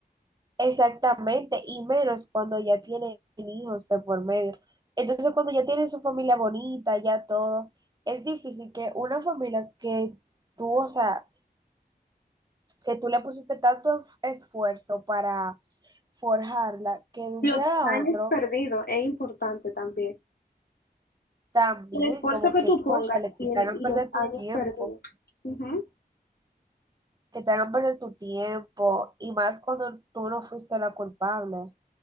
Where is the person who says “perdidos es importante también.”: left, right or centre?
Left